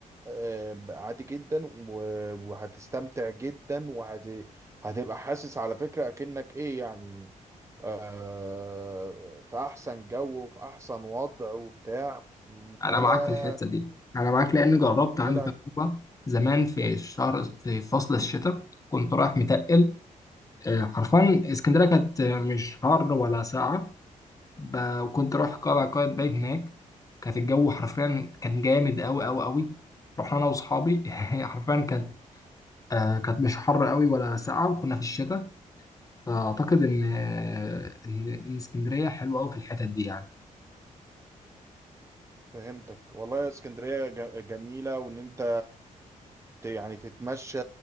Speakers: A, on the right; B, on the left.
A: آه، عادي جدا و- وهتستمتع جدا وهتبقى حاسس على فكرة أكنك إيه يعني آه، في أحسن جو وفي أحسن وضع وبتاع
B: انا
A: ولا
B: معاك في الحته دي انا معاك لان جربت
A: ولا
B: عندي تجربه زمان في الشهر في فصل الشتاء كنت رايح متقل آه، حرفيا اسكندريه كانت آه، مش حر ولا ساقعه ب- وكنت رايح قلعه قايتباي هناك كانت الجو حرفيا كان جامد قوي قوي قوي رحنا انا واصحابي <laughs> حرفيا كانت آه، كانت مش حر قوي ولا ساقعه وكنا في الشتاء فاعتقد ان آه، ان إن اسكندريه حلوه قوي في الحتت دي يعني
A: فهمتك والله اسكندرية ج- جميلة وان انت ت- يعني تتمشى